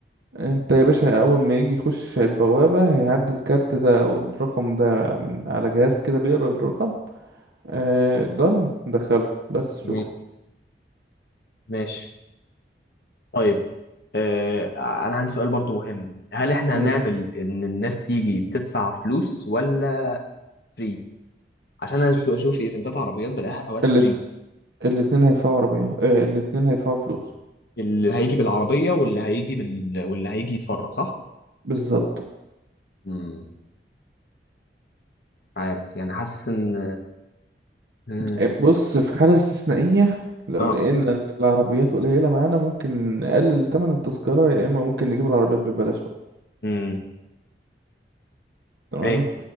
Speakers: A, on the right; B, on the left.
A: انت يا باشا اول ما يجي يخش البوابة هيعدي الكارت ده او الرقم ده من على جهاز كده بيقرا الرقم آه دن دخله بس
B: جميل.
A: شكرا
B: ماشي طيب آه انا عندي سؤال برضو مهم هل احنا
A: مم.
B: هنعمل ان الناس تيجي بتدفع فلوس ولا فري عشان انا شو- اشوف ايفنتات عربيات بلاقيها اوقات
A: اللي
B: فري
A: الاتنين هيدفعوا عربية آه الاتنين هيدفعوا فلوس
B: اللي هيجي بالعربية واللي هيجي بال... واللي هيجي يتفرج صح
A: بالظبط
B: امم عارف يعني حاسس ان مم.
A: آه، بص في حالة استثنائية لو
B: اه
A: لقينا إن العربيات قليلة معانا ممكن نقلل تمن التذكرة يا إما ممكن نجيب العربيات ببلاش بقى
B: امم
A: تمام
B: ماشي